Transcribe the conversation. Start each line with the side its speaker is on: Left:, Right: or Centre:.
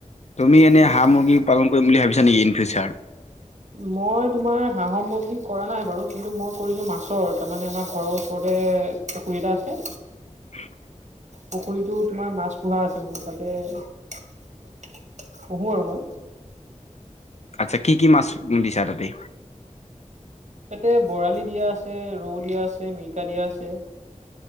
Left: তুমি
Right: ঠিকে
Left: এনে
Right: আছে।
Left: হাঁহ, মুৰ্গী পালন কৰিম বুলি ভাবিছা নেকি ইন ফিউচাৰ।
Right: মই তোমাৰ সা সামগ্ৰী কৰা নাই বাৰু কিন্তু মই কৰিছো মাছৰ তাৰমানে আমাৰ ঘৰৰ ওচৰতে পুখুৰী এটা আছে।
Left: উম,
Right: পুখুৰীতটো তোমাৰ মাছ পোহা আছে মানে তাতে পুহু আৰু মই।
Left: আচ্ছা কি, কি মাছ বিচাৰা তাতে
Right: তাতে বৰালি দিয়া আছে ৰৌ দিয়া আছে মিৰিকা দিয়া আছে।